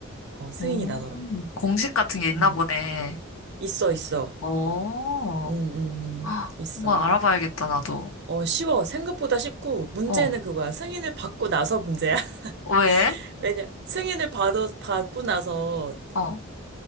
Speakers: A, on the right; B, on the left.
A: 어, 승인이
B: 오,
A: 나더라고.
B: 공식 같은 게 있나
A: 음.
B: 보네.
A: 있어, 있어.
B: 어,
A: 음, 음,
B: <gasps> 헉,
A: 음. 있어.
B: 한번 알아봐야겠다, 나도.
A: 어, 쉬워. 생각보다 쉽고, 문제는
B: 어,
A: 그거야. 승인을 받고 나서 문제야.
B: 어, 왜?
A: <laughs> 왜냐, 승인을 받, 받고 나서
B: 어,